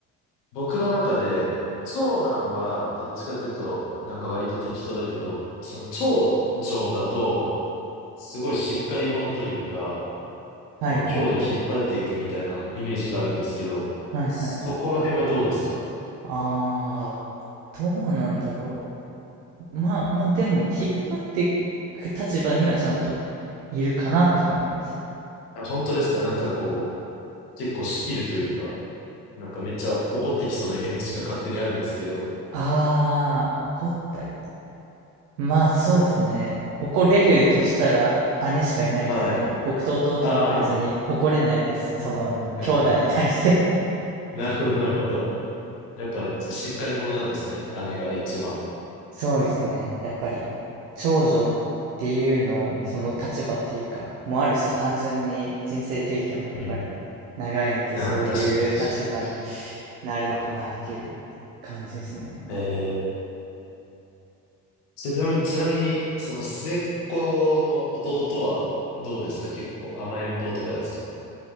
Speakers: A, on the left (about 75°); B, on the right (about 70°).
A: 僕の中で、長男はどっちかっていうと、なんか割と適当だけど、その長女だと、すごいしっかり者というか、
B: はいはいはい。
A: こう、兄弟を引っ張っていくみたいなイメージがあるんですけど、
B: はいはいはい。
A: そこら辺はどうですか
B: あー、どうなんだろう。まあまあ、でも、引っ張っていく立場にはちゃんといるかなって思います。
A: あ、本当ですかなんかこう、結構仕切るというか。なんかめっちゃ怒ってきそうなイメージが勝手にあるんですけど。
B: ああ、怒ったり。まあそうですね。怒れるとしたら姉しかいないですね。
A: はい。
B: 僕と弟は別に怒れないです。
A: ああ。ふんふんふんふんふん
B: その兄弟に対して
A: なるほど、なるほど。やっぱ、しっかり者なんですね。姉が一番。
B: <laughs> そうですね。やっぱり長女っていうの、
A: うん。
B: その立場っていうか、もあるし、単純に人生経験もやっぱり長いんで、
A: うん。ああ、
B: そういう立場に
A: 確かに、確かに、確
B: なるのかなっていう感じですね。
A: かに。ええちなみに、ちなみに、その末っ子の弟はどうですか結構甘えん坊とかですか